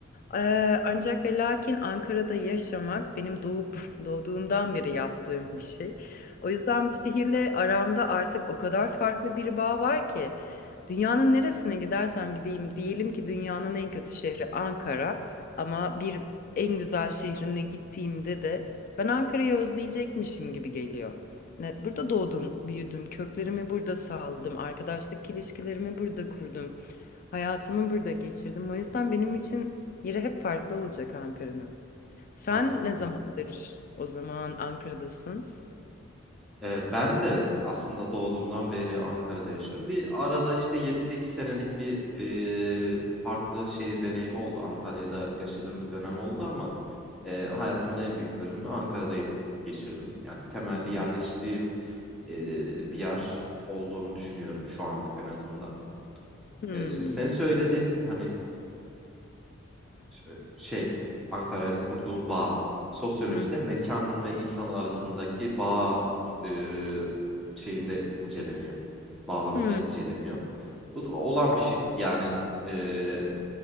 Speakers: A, in the centre; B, on the left.
A: Hı
B: Ee,
A: hı,
B: ancak ve lakin Ankara'da yaşamak benim doğup <laughs> doğduğumdan beri yaptığım bir şey. O yüzden bu şehirle aramda artık o kadar farklı bir bağ var ki. Dünyanın neresine gidersem gideyim, diyelim ki dünyanın en kötü şehri Ankara ama bir en güzel şehrine gittiğimde de ben Ankara'yı özleyecekmişim gibi geliyor. Ne, burada doğdum, büyüdüm, köklerimi burada saldım, arkadaşlık ilişkilerimi burada kurdum, hayatımı burada geçirdim. O yüzden benim için yeri hep farklı olacak Ankara'nın. Sen
A: Anladım.
B: ne zamandır o zaman Ankara'dasın?
A: Ee, ben de aslında doğduğumdan beri Ankara'da yaşıyorum. Bir arada işte yedi sekiz senelik bir e, farklı şehir deneyimi oldu. Antalya'da yaşadığım bir dönem oldu ama e, hayatımın en büyük bölümünü Ankara'da geçirdim. Yani temelli
B: Hı
A: yerleştiğim
B: hı.
A: e, bir yer olduğunu düşünüyorum şu anlık en azından.
B: Hmm.
A: E, şimdi sen söylediğin hani e, şey Ankara'yla kurduğum bağ. Sosyolojide
B: Hı
A: mekan ve insan arasındaki bağ e, şeyinde inceleniyor. Bağlamında
B: hı.
A: inceleniyor. Bu da olan bir şey. Yani e,